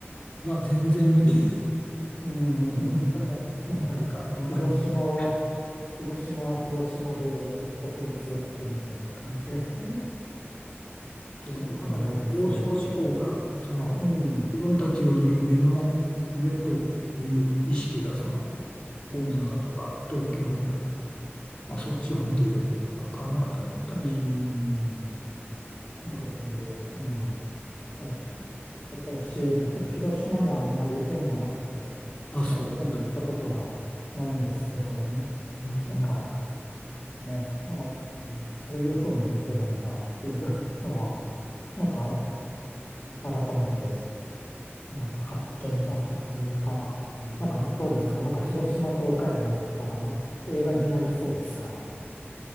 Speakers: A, on the left; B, on the left.
A: は全然見てない、
B: うん。
A: でもなぜか分かりますね。
B: <laughs> まあ、広島は、広島は広島で独立国みたいな感じが <laughs>
A: そう、
B: しなくもないですけど。
A: なんか上昇志向が、その、
B: うん。
A: 自分たちより上の、上という意識が、その、
B: うん。
A: 大阪とか東京には、まあ、そっちを見てるのかなと思ったりして、
B: うん。
A: うん、
B: なるほど。いやひ私もちょっと広島にはあんまり縁がなくて、
A: あ、
B: まあ、
A: そう。
B: ほとんど行ったことがないんですけど、
A: うん
B: なんかね、まあ、
A: うん
B: そういうふうに見てるんだっていう <laughs> のは、なんか改めて、なんか発見だったというか、
A: うん
B: なんかどうですかなんか広島と岡山だったら映画になりそうですか